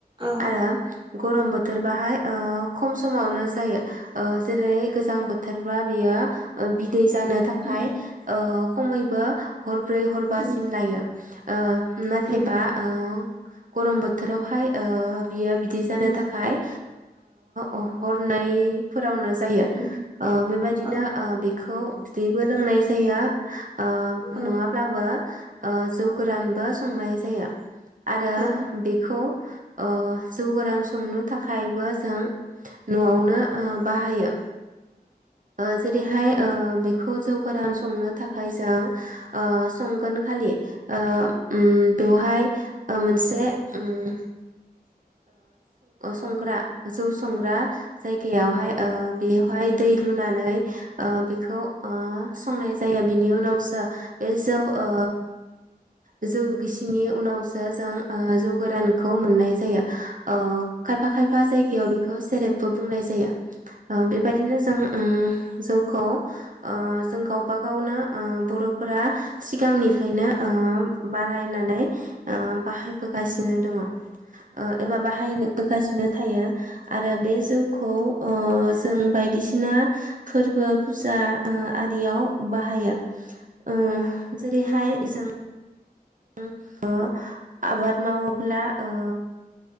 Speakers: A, on the right; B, on the right.
A: औ
B: आरो गरम बोथोर बाहायनाय ओ खम समावनो जायो ओ जेरै गोजां बोथोरबा बेयो दै जानो थाखाय
A: उम
B: ओ खमैबो हर ब्रै हरबासिम
A: उम
B: लायो ओ नाथायबा
A: उम
B: ओ गरम बोथोरावहाय ओ बियो बिदि जानो
A: उम
B: थाखाय ओ हरनैफोर आवनो जायो
A: उम
B: ओ बेबायदिनो
A: औ
B: ओ खौ बिदैबो लोंनाय जायो ओ
A: औ
B: नङाब्लाबो ओ जौ गोरानबो संनाय जायो आरो
A: औ
B: बेखौ ओ जौ गोरान संनो थाखायबो जों न'आवनो ओ बाहायो ओ जेरैहाय ओ बेखौ जौ गोरान संनो थाखाय जों ओ संगोन खालि ओ उम बेवहाय ओ मोनसे उम संग्रा जौ संग्रा जायगायाव हाय ओ बेवहाय लुनानै ओ बेखौ ओ संनाय जाया जायो बिनि उनावसो बे जौ ओ <unintelligible> जौ गिसिनि उनावसो जों ओ जौ गोरानखौ मोननाय जायो। ओ खायफा- खायफा जायगायाव बे बेखौ सेरेबबो बुंनाय जायो। ओ बे बायदिनो जों ओम जौखौ ओ जों गावबा गावनो ओ बर'फोरा सिगां निफ्रायनो ओ बानायनानै ओ बाहायबोगासिनो दंङो। ओ एबा बा बाहायबोगासिनो थायो आरो बे जौ खौ ओ जों बायदिसि सिना फोरबो फुजा ओ आरियाव बाहायो ओ जेरैहाय जों <unintelligible> आबाद मावो खुला ओ